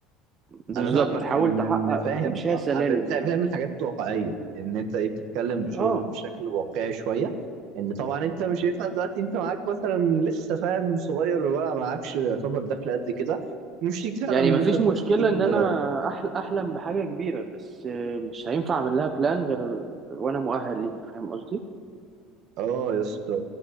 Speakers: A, on the right (about 30°); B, on the right (about 60°).
A: بالظبط
B: انا فاهمك
A: تحاول
B: ان
A: تحقق
B: إن فاهم
A: تمشيها سلالم
B: أه، بتع-
A: يعني
B: بتعمل حاجات واقعيه ان انت ايه بتتكلم بشغل
A: اه
B: بشكل واقعي شويه ان طبعا انت مش هينفع دلوقتي انت معاك مثلا لسه فاهم صغير ولا معاكش يعتبر دخل قد كده مش تيجي فعلا
A: يعني
B: من ان
A: مفيش
B: انت تروح
A: مشكلة
B: تجيب
A: ان انا أحل... احلم بحاجة كبيرة بس آه، مش هينفع اعمل لها بلان غير وانا مؤهل ليها فاهم قصدي؟
B: اه يا اسطى